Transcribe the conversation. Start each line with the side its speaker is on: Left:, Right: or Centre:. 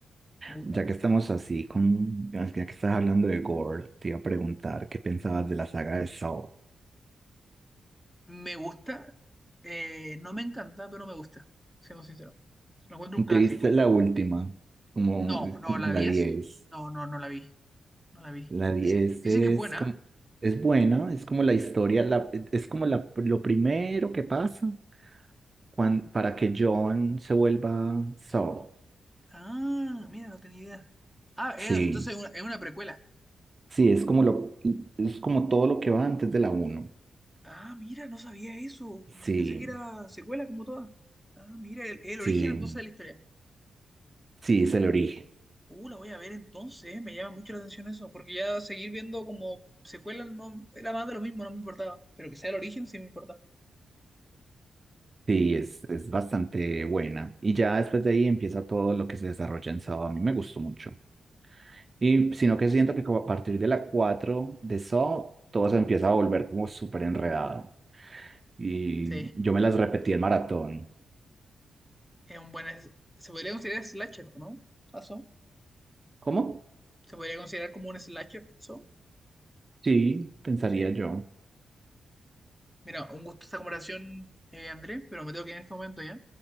Centre: Me gusta
Right: Ya
Centre: mucho.
Right: que estamos así con, ya que estás hablando de Gore, te iba a preguntar qué pensabas de la saga de Saw.
Centre: Me gusta, eh, no me encanta, pero me gusta, siendo sincero. Lo encuentro un clásico.
Right: ¿Te viste la última? Como,
Centre: No, no,
Right: como
Centre: la
Right: la
Centre: 10,
Right: 10.
Centre: no, no, no la vi, no la vi.
Right: La 10
Centre: Dicen, dicen
Right: es
Centre: que es buena.
Right: como, es buena, es como la historia, la, es como la, lo primero que pasa cuan- para que John se vuelva Saul.
Centre: Ah, mira, no tenía idea. Ah, eh,
Right: Sí,
Centre: entonces es una, es una precuela.
Right: sí, es como lo, es como todo lo que va antes de la uno
Centre: Ah, mira, no sabía eso.
Right: Sí,
Centre: Pensé que era secuela como todas. Ah, mira, el, el
Right: sí,
Centre: origen entonces de la historia.
Right: sí, es el origen.
Centre: Uh, la voy a ver entonces, ¿eh? me llama mucho la atención eso, porque ya seguir viendo como secuela no era más de lo mismo, no me importaba, pero que sea el origen sí me importa.
Right: Sí, es, es bastante buena. Y ya después de ahí empieza todo lo que se desarrolla en Saw. A mí me gustó mucho. Y sino que siento que como a partir de la 4 de Saw, todo se empieza a volver como súper enredado. Y
Centre: Sí,
Right: yo me las repetí en maratón.
Centre: es un buen... es- se podría considerar slasher, ¿o ¿no? ¿Aso?
Right: ¿Cómo?
Centre: ¿Se podría considerar como un slasher? ¿So?
Right: Sí, pensaría
Centre: Sí.
Right: yo.
Centre: Mira, un gusto esta comparación, eh, André, pero me tengo que ir en este momento ya.